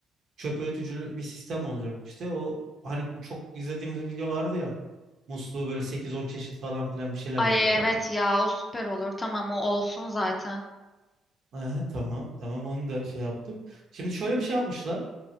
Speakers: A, on the right; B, on the left.
A: çöp öğütücülü bir sistem olacak işte. O hani çok izlediğimiz bir video vardı ya. Musluğu böyle sekiz on çeşit falan filan bir şeyler
B: Ay
A: yapıyorlardı.
B: evet ya o süper olur. Tamam o olsun zaten.
A: Aha, tamam tamam onu da şey yaptık. Şimdi şöyle bir şey yapmışlar.